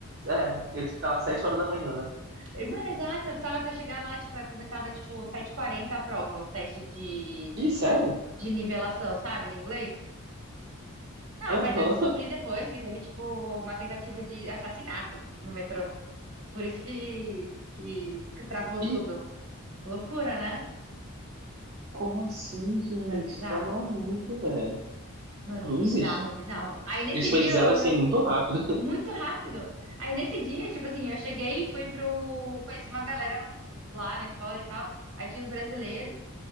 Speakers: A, on the right (about 45°); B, on the right (about 60°).
A: É, eu tenho que estar lá 7 horas da manhã.
B: E, Mano, exato, eu precisava até chegar lá, tipo, começava tipo sete h 40 a prova, o teste de,
A: Ih, sério?
B: de nivelação, sabe, de inglês. Não,
A: Aham.
B: mas eu descobri
A: <laughs>
B: depois que teve tipo uma tentativa de assassinato no metrô. Por isso que, que, que travou tudo.
A: Ih,
B: Loucura, né?
A: como assim, gente?
B: Mano, bizarro.
A: Tá maluco, velho.
B: Mano,
A: Cruzes?
B: bizarro, bizarro. Aí nesse
A: Isso foi
B: dia,
A: de zero
B: eu,
A: a cem muito rápido.
B: muito rápido. Aí nesse dia, tipo assim, eu cheguei e fui pro. Conheci uma galera lá na escola e tal. Aí tinha os brasileiros.